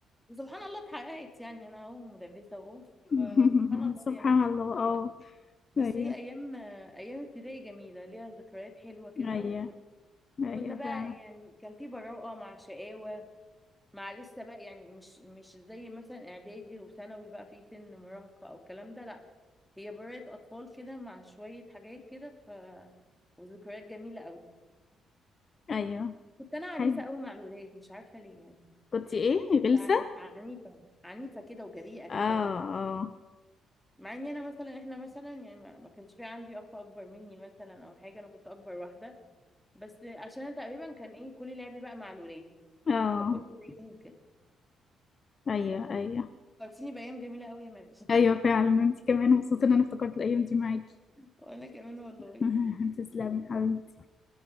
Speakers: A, in the centre; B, on the left (about 40°).
A: وسبحان الله اتحققت يعني انا اهو مدرسه اهو
B: <laughs>
A: فسبحان الله
B: سبحان
A: يعني
B: الله اه
A: بس
B: ايوه
A: هي ايام ايام ابتدائي جميله ليها ذكريات حلوه كده
B: ايوه
A: وكن... وكنا
B: ايوه
A: بقى
B: فعلا
A: يعني كان في براءه مع شقاوه مع لسه بقى يعني مش مش زي مثلا اعدادي وثانوي بقى في سن مراهقة او الكلام ده لا هي برائة اطفال كده مع شوية حاجات كده ف وذكريات جميلة قوي
B: ايوه
A: كنت انا عنيفة
B: حلو
A: قوي مع الولاد مش عارفة ليه يعني
B: كنت ايه
A: كنت
B: غلسة
A: عن- عنيفة عنيفة كده وجريئة كده
B: اه اه
A: مع اني انا مثلا احنا مثلا يعني ما ما كانش في عندي اخ اكبر مني مثلا او حاجة انا كنت اكبر واحدة بس عشان انا تقريبا كان ايه كل لعبي بقى مع الولاد
B: اه
A: فكنت زيهم كده
B: ايوه ايوه
A: فكرتيني بايام جميلة قوي يا مريم
B: ايوه
A: <laughs>
B: فعلا انت كمان مبسوطه ان انا افتكرت الايام دي معاكي
A: وانا كمان والله
B: <laughs> تسلمي يا حبيبتي